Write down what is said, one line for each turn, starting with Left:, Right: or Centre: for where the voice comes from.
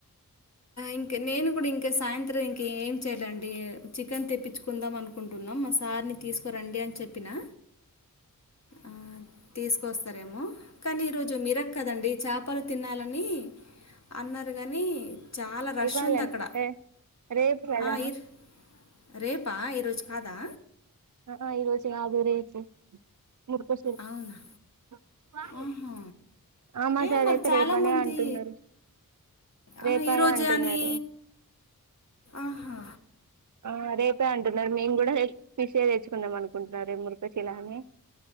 Left: ఇంక నేను కూడా ఇంకా సాయంత్రం ఇంక ఏం చెయ్యాలండి చికెన్ తెప్పించుకుందాం అనుకుంటు ఇంగ మా సార్ని తీసుకోరండి అని చెప్పినా ఆహ్ తీసుకొస్తారేమో కానీ ఈరోజు మిరక్ కదండి చాపలు తినాలని అన్నారు గాని చాలా రష్
Right: ఇవ్వాలంటే
Left: ఉంది అక్కడ
Right: రేపు కదా
Left: ఆహ్ ఇర్ రేపా ఈరోజు కాదా
Right: ఆహా ఈ రోజు కాదు రేపు ముర్కు
Left: అవునా
Right: <unintelligible>
Left: ఆహా
Right: ఆహ్ మాకడ
Left: ఏ మరి
Right: అయితే
Left: చాలామంది
Right: రేపనే అంటున్నారు
Left: ఆ,
Right: రేపాని
Left: ఈరోజే
Right: అంటున్నారు
Left: అని ఆహా
Right: ఆహ్ రేపే అంటున్నారు మేము కూడా ఫీషే తెచ్చుకుందాం అనుకుంటున్నారు రేప్ మురగ చీలాని